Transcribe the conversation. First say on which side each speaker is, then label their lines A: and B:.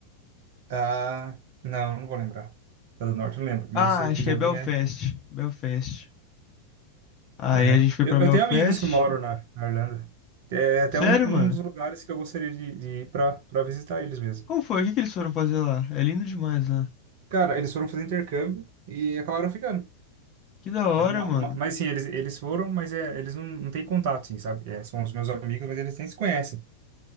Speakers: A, on the right (about 50°); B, on the left (about 35°).
A: Ah, não, não vou lembrar. Da do Norte eu não lembro, mas
B: Ah,
A: eu sei
B: acho
A: que
B: que
A: Dublin
B: é Belfast.
A: é.
B: Belfast. Aí
A: Aham.
B: a gente foi
A: Eu,
B: pra Belfast.
A: eu tenho amigos que moram na, na Irlanda. É até
B: Sério,
A: um,
B: mano?
A: um dos lugares que eu gostaria de, de ir para para visitar eles mesmo.
B: Como foi? O que que eles foram fazer lá? É lindo demais lá.
A: Cara, eles foram fazer intercâmbio e acabaram ficando.
B: Que da hora,
A: É uma,
B: mano.
A: uma- mas sim, eles, eles foram, mas é, eles não, não têm contato, sim, sabe? É, são os meus amigos, mas eles nem se conhecem.